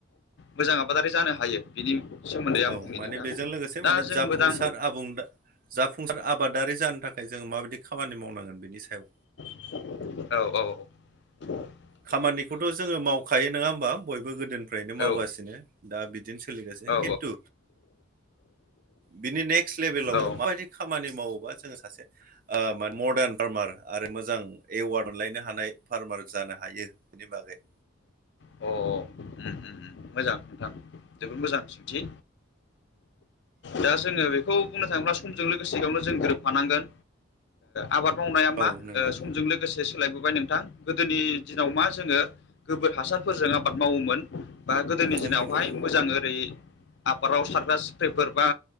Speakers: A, on the left; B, on the right.
A: मोजां आबादारि जानो हायो बिनि सोमोन्दै
B: औ
A: आं बुंनि
B: माने
A: नोंथां
B: बेजों लोगोसे
A: दा
B: माने
A: जों
B: जाफुंसार
A: मोजां
B: आबुं जाफुंसार आबादारि जानो थाखाय जों माबायदि खामानि मावनांगोन। बेनि सायाव
A: औ औ औ
B: खामानिखौथ' जोङो मावखायो नङा होमबा बयबो गोदोनिफ्रायनो मावगासिनो
A: औ
B: दा बि दि सोलिगासिनो
A: औ
B: खिन्थु बिनि नेक्स लेभेलाव
A: औ
B: माबायदि खामानि मावोबा जोङो सासे ओ मदार्न फार्मार आरो मोजां एवार्ड मोनलायनो हानाय फार्मार जानो हायो बिनि बागै
A: अ उम उम मोजां नोंथां जोबोद मोजां सोंथि दा जोंङो बेखौ बुंनो थाङोब्ला समजों लोगोसेयावनो जों गोरोबफानांगोन आबाद मावनाया
B: औ
A: मा ओ
B: नंगौ
A: समजों लोगोसे लोगोसे सोलायबोबाय नोंथां गोदोनि दिनाव मा जोङो गोबोर हासार फोरजों आबाद मावोमोन बा गोदोनि
B: नंगौ
A: दिनावहाय
B: नंगौ
A: मोजां ओरै आबादाव सारग्रा सिख्रिफोर बा